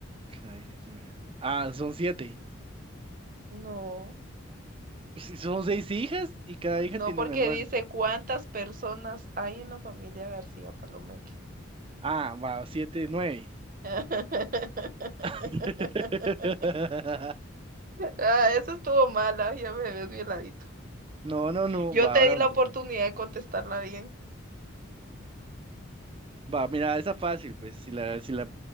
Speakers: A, on the right (about 25°); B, on the right (about 45°).
A: Cada hija tiene. Ah, son siete.
B: No,
A: Sí, Son seis hijas y cada hija
B: no
A: tiene
B: porque
A: un hermano.
B: dice cuántas personas hay en la familia García Palomeque.
A: Ah, va, siete, nueve.
B: <laughs>
A: <laughs>
B: Ah, eso estuvo mala, ya me ves violadito.
A: No, no, no,
B: Yo
A: va,
B: te
A: ahora
B: di la
A: me
B: oportunidad
A: toca.
B: de contestarla bien.
A: Va, mira, esa fácil, pues si la, si la,